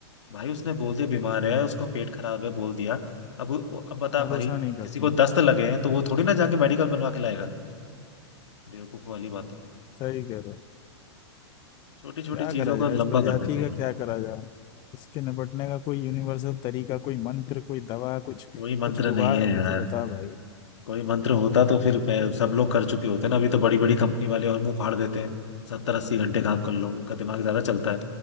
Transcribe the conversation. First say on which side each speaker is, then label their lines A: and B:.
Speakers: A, on the left; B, on the left.
A: भाई उसने बोल दिया बीमार है उसको पेट खराब है बोल दिया अब वो- अब बता
B: भरोसा
A: भाई
B: नहीं करते
A: किसी को
B: हैं
A: दस्त लगे हैं तो वो थोड़ी ना जाके मेडिकल बनवा के लाएगा बेवकूफ वाली बातें
B: सही कह रहे हो
A: छोटी छोटी
B: क्या
A: चीजों
B: करा
A: का
B: जाए इस
A: लंबा
B: प्रजाति
A: कर देते हैं
B: का
A: ये
B: क्या
A: लोग
B: करा जाए इसके निपटने का कोई यूनिवर्सल तरीका कोई मंत्र कोई दवा कुछ
A: कोई मंत्र
B: कुछ जुगाड़
A: नहीं है
B: हो
A: यार
B: तो बता भाई
A: कोई मंत्र होता तो फिर पै- सब लोग कर चुके होते ना अभी तो बड़ी बड़ी कंपनी वाले और मुंह फाड़ देते हैं सत्तर अस्सी घंटे काम कर लो उनका दिमाग ज्यादा चलता है